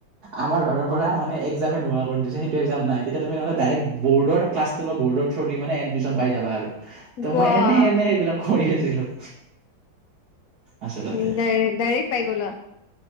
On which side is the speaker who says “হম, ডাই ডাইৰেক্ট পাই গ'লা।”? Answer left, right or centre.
Left